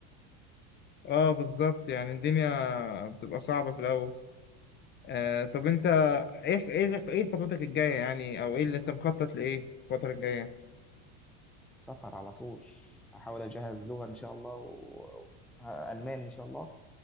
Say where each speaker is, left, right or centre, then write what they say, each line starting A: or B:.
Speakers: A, on the left; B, in the centre.
A: اه بالظبط يعني الدنيا بتبقى صعبه في الاول آه طب انت ايه ايه ايه خطتك الجايه يعني او ايه اللي انت مخطط لايه الفتره الجايه
B: سفر على طول هحاول اجهز لغه ان شاء الله و... المان ان شاء الله